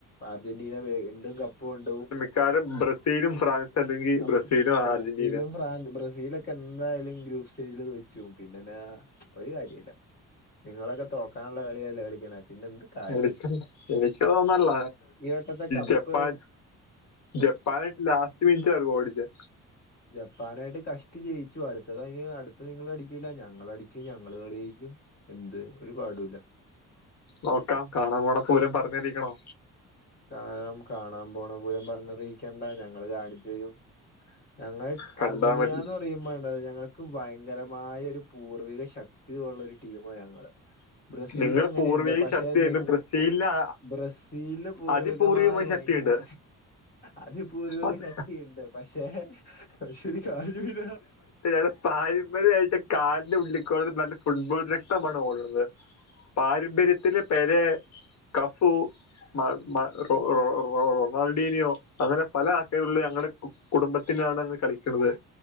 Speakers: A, on the left; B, on the left.
A: അർജന്റീന വീണ്ടും കപ്പുകൊണ്ടോകും
B: ക്കാറും ബ്രസീലും ഫ്രാൻസ് അല്ലെങ്കിൽ
A: അ
B: ബ്രസീലും
A: ബ്രസീലും
B: അർജന്റീന
A: ഫ്രാൻഡ് ബ്രസീലൊ എന്തായാലും ഗ്രൂപ്പ് സ്റ്റേജില് തോറ്റും പിന്നെന്നെ ഒരു കാര്യം ഇല്ല നിങ്ങളൊക്കെ തോക്കാനുള്ള കളിയല്ല കളിക്കണ പിന്നെ എന്ത് കാര്യം
B: എളിക്ക എളിക്കോന്നല്ല
A: ഈ വട്ടത്തെ കപ്പ്
B: ജപ്പാ ജപ്പാൻ ലാസ്റ്റ് വിഞ്ച ഒരു ഗോൾ അടിച്ചേ
A: ജപ്പാനായിട്ട് കഷ്ട് ജയിച്ചു അടുത്തത് അതിന് അടുത്ത നിങ്ങ ല്ല ഞങ്ങള അടിക്കും ഞങ്ങള് കളിക്കും എന്ത് ഒരു പാടില്ല
B: നോക്കാം കാണാൻ പോണ പൂരം പറഞ്ഞറിരിക്കണോ
A: കാണാം കാണാൻ പോണ പോലും പറഞ്ഞറിയിക്കണ്ടാ ഞങ്ങള്ൾ കാണിച്ചരും ഞങ്ങൾ
B: കണ്ടാ
A: അർജന്റീന
B: മതി
A: എന്ന് പറയുമ്പോണ്ടത് ഞങ്ങൾക്ക് ഭയങ്കരമായ ഒരു പൂർവിക ശക്തി <unintelligible> ള്ള ഒരു ടീം ഞങ്ങള് ബ്രസീലും
B: നിങ്ങൾ
A: അങ്ങനെയുണ്ട്
B: പൂർവിക
A: പക്ഷെ
B: ശക്തിയുണ്ട്
A: നി
B: ബ്രസീലിന് അ-
A: ബ്രസീലും പൂർവികമായ
B: അതിപൂർവികമായ
A: ഭയങ്കര
B: ശക്തിയുണ്ട്
A: അതിപൂർവിക
B: അത്
A: ശക്തിയ ഉണ്ട് പക്ഷെ <unintelligible>
B: ഞടെ പാരമ്പര്യമായിട്ട് കാലിന്റെ ഉള്ളിക്കോളത്ത് നല്ല ഫുട്ബോൾ രക്തമാണ് ഓടുന്നത് പാരമ്പര്യത്തി പെരെ കഫു <unintelligible> റൊണാൾഡോനെയോ അങ്ങനെ പല ആൾക്കാുള്ള ഞങ്ങളുടെ കുടുംബത്തിനാണ് കളിക്കണുന്നത്